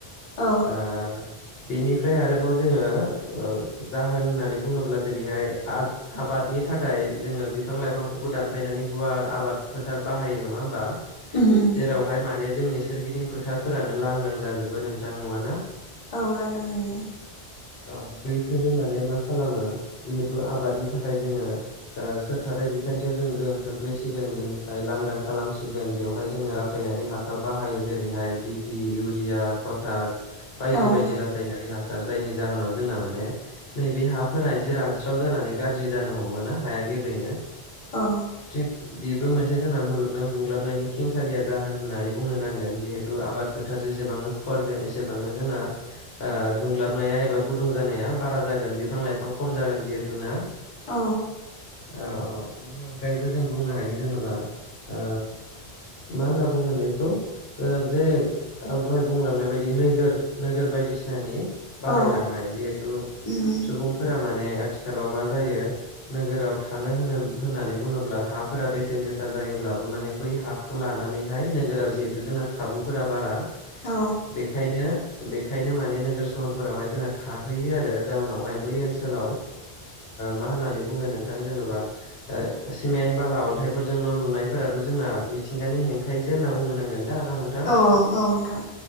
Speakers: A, on the left; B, on the left.
A: औ
B: ओ बेनिफ्राय आरोबाव जोङो औ जाहोन होननानै बुङोब्ला जेरैहाय आ आबादनि थाखाय जोङो बिफां लाइफांफोरखौ दानफायनानै गुवार आबाद फोथार बाहायो नङा होमबा
A: उम उम
B: जेरावहाय माने जोंनि सोरगिदिं फोथारफोरानो लांदां जाजोबो नोंथां नङाना
A: औ लांदां जायो
B: औ दैफोरो माने मा खालामो जिहेथु आबादनि थाखाय जोङो ओ सोरथथाय <unintelligible> बिखानथियाव जों गोहोम खोख्लैसिगोन बेनिफ्राय लांदां खालामसिगोन बेवहाय जोङो रासाय नारि हासार बाहायो जेरैहाय डिपि, इउरिया, पटास बायदि
A: औ
B: बायदि रासायनारि हास सार जायनि जाहोनाव जोंना माने नैबे हाफोरा एसे रानस्राव जानानै गाज्रि जानो हमोना हाया गेब्रेङो
A: औ
B: थिग बेबो मोनसे जोंना मुलुगनां दुंलाबनायनि खेंसालिया जाहोन होननानै बुंनो नांगोन जिहेथु आबाद फोथारजों एसेबांनो फुवारगोन एसेबांनो जोंना ओ दुंग्लाबनाया एबा गुदुं जानाया बारा जागोन बिफां लाइफां खम जागोन जिहेथु ना
A: औ
B: औ औ बेनि अनगायैबो जों बुंनो हायो जेनेबा ओ मा होनना बुंगोन बेखौ ओ जे आं दहाय बुंलांनाय बायदि नोगोर नोगोर बायदिसिनानि बारायलांनाय
A: औ
B: जिहेथु
A: उम
B: सुबुंफोरा माने आथिखालाव मा जायो नोगोराव थानो होनो होननानै बुङोब्ला हाफोरा बेसेन गोसा जायोब्लाबो माने बै हाखौ लानानै लानानैहाय नोगोराव जिहेतु जोंना खाबुफोरा बारा
A: औ
B: बेखायनो बेखायनो माने नोगोर सहरफोरावहाय जोंना थाहैयो आरो जाउनावहाय बै ओनसोलाव मा होननानै बुंगोन नोंथां जेनेबा सिमेन्ट बाला अन्थाइफोरजों न' लुनायफोराथ' जोंना मिथिंगानि हेंथायैसो होनना बुंनो नांगोन दा ना नोंथां
A: औ औ नथां